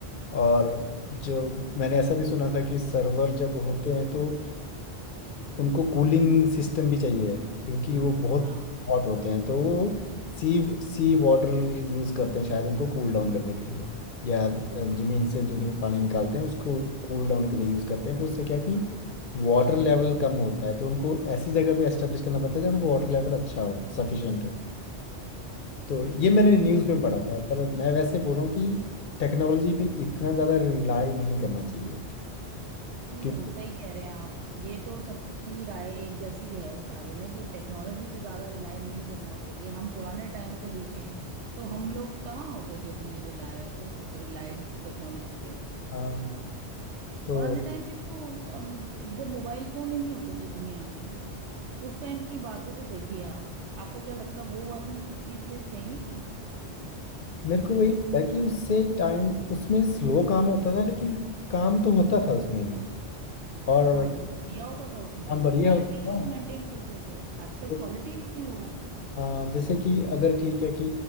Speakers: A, on the left; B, on the right.
A: और जो मैंने ऐसा भी सुना था कि सर्वर जब होते हैं तो उनको कूलिंग सिस्टम भी चाहिए क्योंकि वो बहुत
B: हाँ
A: बहुत होते हैं तो वो सी सी वाटर यूज़ करते हैं शायद उनको कूल डाउन करने के लिए या ज़मीन से जो नि- पानी निकालते हैं उसको कूल डाउन के लिए यूज़ करते हैं तो उससे क्या कि वाटर लेवल कम होता है तो उनको ऐसी जगह पे एस्टेब्लिश करना पड़ता है जहाँ पे वाटर लेवल अच्छा हो सफिशिएंट हो तो ये मैंने न्यूज़ में पढ़ा था पर मैं वैसे बोल रहा हूँ कि टेक्नोलॉजी पे इतना ज़्यादा रिलाई नहीं करना चाहिए
B: हम्म
A: क्योंकि
B: सही कह रहे हैं आप ये तो सबकी राय एक जैसी है इस बारे में कि टेक्नोलॉजी पे ज्यादा रिलाय नहीं करना चाहिए हम पुराने टाइम को देखें तो हम लोग कहाँ होते थे इतने रिलाय रिलायड टेक्नोलॉजी पे
A: हाँ तो
B: पुराने टाइम में तो अब जब मोबाइल फोन ही नहीं होते थे दुनिया में उस टाइम की बातों को देखिए आप आपको क्या लगता है वो वाली चीजें सही नहीं थी
A: मेरे को
B: कुछ
A: वही लगता है कि उससे टाइम उसमें स्लो काम होता था लेकिन काम तो होता था उसमें भी और
B: काम बहुत बढ़िया होता था उसमें
A: काम बढ़िया
B: क्वालिटी
A: होता
B: लोग मेंटेन करते थे आजकल
A: था
B: क्वालिटी नहीं है लोगों पे
A: हाँ जैसे कि अगर ठीक है कि